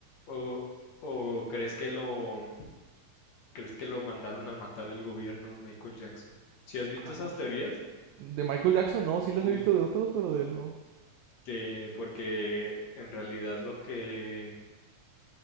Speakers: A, on the left (about 65°); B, on the right (about 80°).
A: o, o crees que lo, crees que lo mandaron a matar el gobierno a Michael Jackson. ¿Si has visto
B: Ah,
A: esas teorías?
B: de Michael Jackson no, sí los
A: Sí.
B: he visto de otros, pero de él no.
A: Que porque en realidad lo que